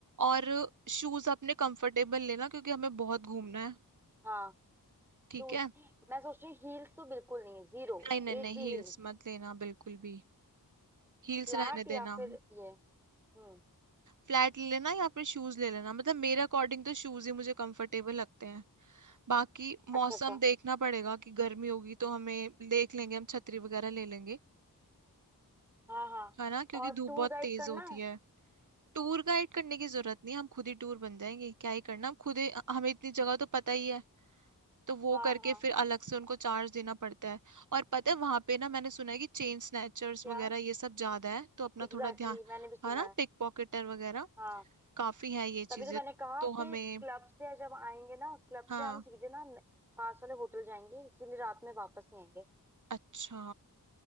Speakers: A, on the right; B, in the centre.
A: और शूज अपने कंफर्टेबल लेना क्योंकि हमें बहुत घूमना है
B: हाँ शूज
A: ठीक है
B: मैं सोच रही हूँ हील्स तो बिल्कुल नहीं है जीरो
A: नहीं नहीं
B: एक
A: नहीं
B: भी
A: हील्स
B: हील्स
A: मत लेना बिल्कुल भी हील्स
B: फ्लैट
A: रहने
B: या
A: देना
B: फिर ये हम्म
A: फ्लैट ले लेना या फिर शूज ले लेना मतलब मेरे अकॉर्डिंग तो शूज ही मुझे कंफर्टेबल लगते हैं बाकी
B: अच्छा
A: मौसम
B: अच्छा
A: देखना पड़ेगा कि गर्मी होगी तो हमें देख लेंगे हम छतरी वगैरह ले लेंगे
B: हाँ हाँ
A: है ना क्योंकि
B: और
A: धूप
B: टूर
A: बहुत
B: गाइड
A: तेज
B: करना
A: होती
B: है
A: है टूर गाइड करने की जरूरत नहीं हम खुद ही टूर बन जाएंगे क्या ही करना हम खुद ही हमें इतनी जगह तो पता ही है तो वो
B: हाँ
A: करके
B: हाँ
A: फिर अलग से उनको चार्ज देना पड़ता है और पता है वहां पे ना मैंने सुना है कि चेन स्नैचर्स
B: क्या
A: वगैरह ये सब ज्यादा है तो अपना
B: एग्जैक्टली
A: थोड़ा ध्यान
B: exactly, मैंने भी सुना
A: है ना
B: है
A: पिक पॉकेटर वगैरह
B: हाँ
A: काफी है ये
B: तभी
A: चीजें
B: तो मैंने कहा
A: तो
B: कि
A: हमें
B: क्लब से जब आएंगे ना क्लब
A: हाँ
B: से हम सीधे ना न- पास वाले होटल जाएंगे इसीलिए रात में वापस नहीं आएंगे
A: अच्छा